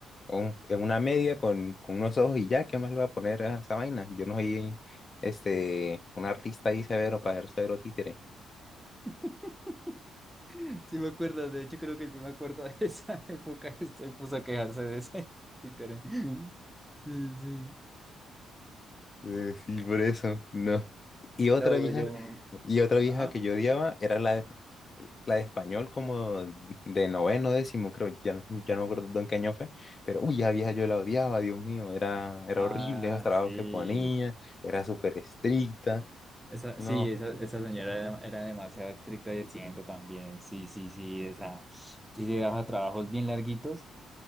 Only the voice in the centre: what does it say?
<laughs> Sí me acuerdo, de hecho creo que sí me acuerdo de esa <laughs> época, estoy puso a quejarse de ese títere. Sí, sí.
No,
yo.
Ajá.
Ah,
sí.
Esa,
sí, esa, esa señora era, era demasiado estricta y exigente también. Sí, sí, sí. Esa. Si se daba trabajos bien larguitos,